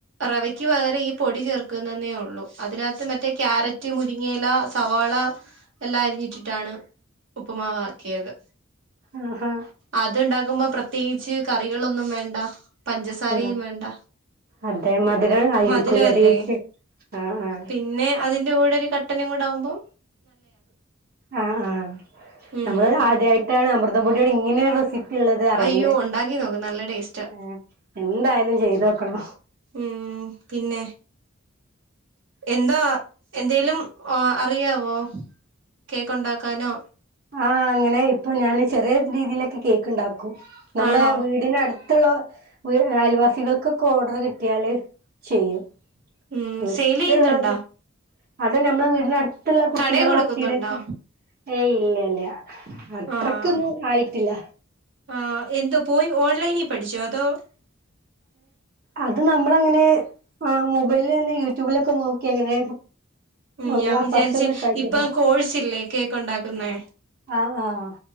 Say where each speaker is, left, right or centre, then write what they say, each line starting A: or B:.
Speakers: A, on the right (about 65°); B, on the right (about 50°).
A: റവയ്ക്ക് പകരം ഈ പൊടി ചേർക്കുന്നന്നേ ഒള്ളൂ അതിനകത്ത് മറ്റേ ക്യാരറ്റ് മുരി ങ്ങയില സവാളാ എല്ലാം അരിഞ്ഞിട്ടിട്ടാണ് ഉപ്പ്മാവാക്കിയത്.
B: മ്ആഹ് ആഹ്
A: അത്ണ്ടാക്കുമ്പോ പ്രത്യേകിച്ച് കറികളൊന്നും വേണ്ട പഞ്ചസാരയും
B: ആ
A: വേണ്ട.
B: അതെ മതിരം ആയിരിക്കുല്ലേ
A: മധുരമല്ലേ
B: ഡീ ചേച്ചിയെ ആഹ് ആഹ്
A: പിന്നെ അതിന്റെ കൂടൊരു കട്ടനും കൂടെ ആകുമ്പോ
B: ആഹ് ആഹ്
A: ഉം
B: നമ്മള് ആദ്യായിട്ടാണ് അമൃതം പൊടിയോണ്ട് ഇങ്ങനെയൊരു റെസി പ്പിള്ളത് അറിയുന്നെ,
A: അയ്യോ ഉണ്ടാക്കി നോക്ക് നല്ല ടേസ്റ്റാ
B: ഏഹ് എന്തായാലും ചെയ്തോക്കണം
A: ഹ്മ്മ് പിന്നെ എന്താ എന്തേലും ഓഹ് അറിയാവോ കേക്കുണ്ടാക്കാനോ
B: ആഹ് അങ്ങനെ ഇപ്പൊ ഞാന് ചെറിയ രീതിയിലൊക്കെ കേക്ക് ഇണ്ടാക്കും നമ്മളെ
A: ആണോ
B: വീടിനടു ത്തുള്ള ഒര് അയൽവാസികൾക്കൊക്കെ ഓർഡറ് കിട്ടിയാല് ചെയ്യും
A: ഉം
B: വിട്ട്ള്ളത്
A: സെയിൽ ചെയ്യുന്നുണ്ടോ
B: അത് നമ്മളെ വീടിനട്ത്തുള്ള കുട്ടികളെ
A: കടേ കൊടുക്കുന്നുണ്ടോ
B: ബർത്തഡേക്ക് ഏയ് ഇല്ലല്ല അത്രക്ക്ന്ന്
A: ആഹ്
B: ആയിട്ടില്ല.
A: ആഹ് എന്തോ പോയി ഓൺലൈനിൽ പഠിച്ചോ അതോ <inaudible>
B: അത് നമ്മളങ്ങനെ ആഹ് മൊബൈലെന്നെ യൂട്യൂബിലൊക്കെ നോക്കി അങ്ങനെ
A: ഹ്മ്മ്
B: ഒന്ന്
A: ഞാൻ വിചാരിച്ച്
B: ഫസ്റ്റ് ഒന്ന് ട്രൈ
A: ഇപ്പൊ
B: ചെയ്താ
A: കോഴ്സ് ല്ലേ കേക്കുണ്ടാക്കുന്നെ
B: ആഹ് ആഹ്